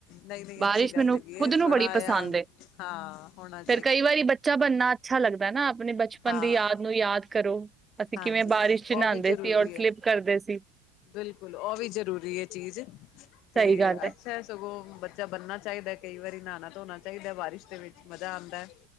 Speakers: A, on the left; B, on the right.
A: ਨਹੀਂ-ਨਹੀਂ
B: ਬਾਰਿਸ਼
A: ਅੱਛੀ ਗੱਲ
B: ਮੈਨੂੰ
A: ਹੈਗੀ
B: ਖੁਦ
A: ਹੈ
B: ਨੂੰ
A: ਥੋੜਾ
B: ਬੜੀ
A: ਆਇਆ
B: ਪਸੰਦ ਏ
A: ਹਾਂ ਹੁਣਾ
B: ਫੇਰ ਕਈ ਵਾਰੀ ਬੱਚਾ ਬਣਨਾ ਅੱਛਾ ਲੱਗਦਾ ਨਾ ਆਪਣੇ ਬਚਪਨ
A: ਹਾਂ
B: ਦੀ ਯਾਦ ਨੂੰ ਯਾਦ ਕਰੋ। ਅਸੀਂ
A: ਹਾਂਜੀ
B: ਕਿਵੇਂ ਬਾਰਿਸ਼
A: ਉਹ
B: ਚ ਨਹਾਉਂਦੇ
A: ਵੀ ਜਰੂਰੀ
B: ਸੀ ਔਰ ਸਲਿਪ
A: ਹੈ।
B: ਕਰਦੇ ਸੀ
A: ਬਿਲਕੁਲ ਉਹ ਵੀ ਜ਼ਰੂਰੀ ਹੈ ਚੀਜ਼ ਤੇ
B: ਸਹੀ ਗੱਲ ਹੈ
A: ਅੱਛਾ ਸਗੋਂ ਬਚ ਜਾਂ ਬਣਨਾ ਚਾਹੀਦਾ ਕਈ ਵਾਰੀ ਨਹਾਣਾ ਧੋਣਾ ਚਾਹੀਦਾ ਬਾਰਿਸ਼ ਦੇ ਵਿੱਚ ਮਜ਼ਾ ਆ ਦਾ